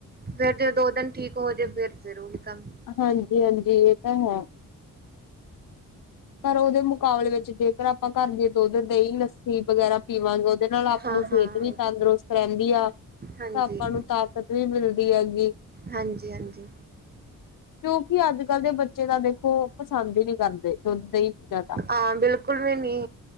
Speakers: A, on the right (about 25°); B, on the left (about 65°).
A: ਫੇਰ ਜੇ ਦੋ ਦਿਨ ਠੀਕ ਹੋ ਜੇ ਫਿਰ ਜ਼ਰੂਹੀ ਕੰਮ
B: ਹਾਂਜੀ-ਹਾਂਜੀ ਇਹ ਤਾਂ ਹੈ ਪਰ ਉਹਦੇ ਮੁਕਾਬਲੇ ਵਿੱਚ ਜੇਕਰ ਆਪਾਂ ਘਰ ਦੀ ਦੁੱਧ, ਦਹੀਂ, ਲੱਸੀ ਘੀ ਵਗੈਰਾ ਪੀਵਾਂਗੇ ਉਹਦੇ ਨਾਲ ਆਪਣੀ
A: ਹਾਂ
B: ਸਿਹਤ
A: ਹਾਂ
B: ਵੀ ਤੰਦਰੁਸਤ ਰਹਿੰਦੀ ਆ ਤੇ
A: ਹਾਂਜੀ
B: ਆਪਾਂ ਨੂੰ ਤ ਦਿੱਕਤ ਵੀ ਮਿਲਦੀ ਹੈਗੀ,
A: ਹਾਂਜੀ ਹਾਂਜੀ
B: ਕਿਉਂਕਿ ਅੱਜ ਕੱਲ ਦੇ ਬੱਚੇ ਬੱਚੇ ਤਾਂ ਦੇਖੋ ਪਸੰਦ ਹੀ ਨੀ ਕਰਦੇ ਦੁੱਧ, ਦਹੀਂ ਤਾਂ
A: ਹਾਂ ਬਿਲਕੁਲ ਵੀ ਨੀ,